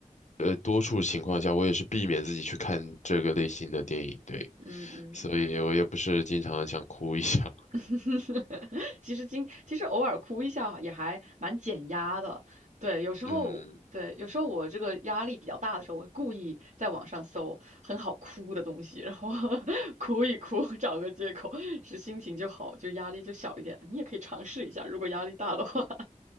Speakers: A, on the left; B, on the right.
A: 呃，多数情况下我也是避免自己去看这个类型的电影，对，
B: 嗯嗯。
A: 所以我也不是经常想哭一下，
B: <laughs> 其实今其实偶尔哭一下也还蛮减压的，对，有时候对，
A: <laughs> 嗯。
B: 有时候我这个压力比较大的时候，我会故意在网上搜很好哭的东西，然后 <laughs> 哭一哭，<laughs> 找个借口，是心情就好，就压力就小一点了你也可以尝试一下，如果压力大的话，